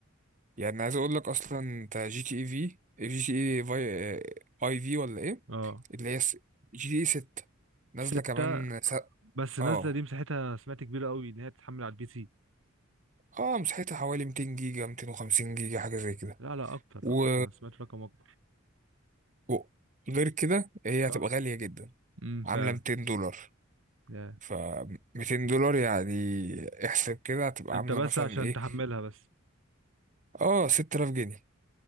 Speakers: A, on the right; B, on the right.
A: يعني عايز اقول لك اصلا انت جي تي اي في جي تي اي في اي في ولا ايه
B: اه
A: اللي هي جي تي اي 6 نازله
B: ستة
A: كمان س...
B: بس نازلة
A: اه
B: دي مساحتها سمعت كبيرة قوي ان هي تتحمل على البي سي
A: اه مساحتها حوالي 200 جيجا 250 جيجا حاجه زي كده
B: لا لا اكتر
A: و...
B: اكتر انا سمعت رقم اكبر
A: و... غير كده هي هتبقى
B: اه
A: غاليه جدا
B: امم
A: عامله
B: فعلا
A: 200 دولار
B: يا
A: ف 200 دولار يعني احسب كده هتبقى
B: انت
A: عامله
B: بس
A: مثلا
B: عشان
A: ايه
B: تحملها بس
A: اه 6000 جنيه